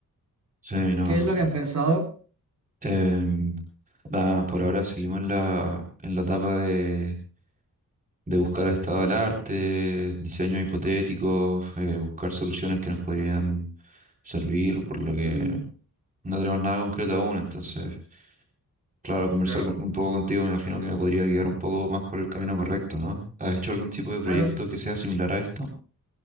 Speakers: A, on the right (about 25°); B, on the right (about 55°).
A: Sí, no.
B: ¿Qué es lo que
A: eh,
B: han pensado?
A: em, nada, por ahora seguimos en la, en la etapa de de buscar el estado del arte, diseños hipotéticos, eh, buscar soluciones que nos podrían servir, por lo que
B: Mm,
A: no tenemos nada concreto aún, entonces, claro, conversar
B: Claro.
A: con- un poco contigo me imagino que me podría guiar un poco más por el camino correcto, ¿no? ¿Has hecho algún tipo de
B: claro.
A: proyecto que sea similar a esto?